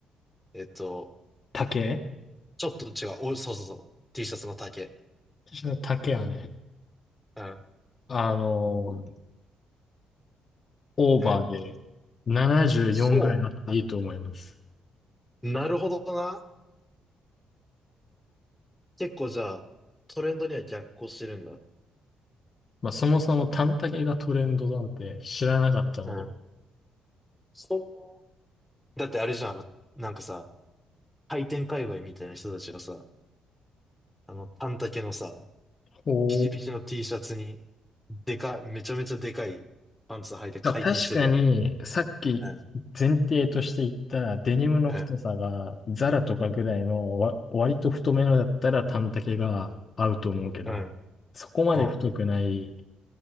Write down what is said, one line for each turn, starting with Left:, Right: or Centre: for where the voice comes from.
Centre: えっと、
Left: 丈
Centre: ちょっと違う。お、そうそうそう。T シャツの丈。
Left: 私の丈はね、
Centre: うん。
Left: あの、オーバーで74ぐらいあっていいと思います。
Centre: うん。そう。なるほどな。結構じゃあ、トレンドには逆行してるんだ。
Left: まあ、そもそも短丈がトレンドなんて知らなかったので。
Centre: うん。そう。だってあれじゃん、あの、なんかさ、回転界隈みたいな人たちがさ、あの、短丈のさ、
Left: おー
Centre: ピチピチの T シャツに、でか、めちゃめちゃでかいパンツ履いて回転してるやん。
Left: まあ、確かに、さっき
Centre: うん、
Left: 前提として言ったデニムの太さがザラとかぐらいのわ割と太めのだったら短丈が合うと思うけど、
Centre: うん、うん、
Left: そこまで太くない、
Centre: うん、